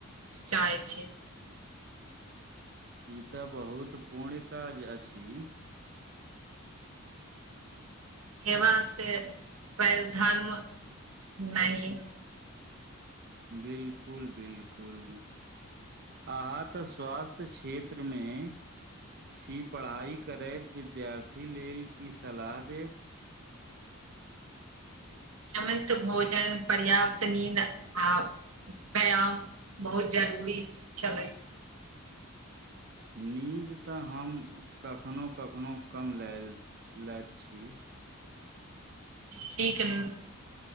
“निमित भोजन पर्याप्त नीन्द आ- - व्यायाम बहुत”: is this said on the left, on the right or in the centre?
Right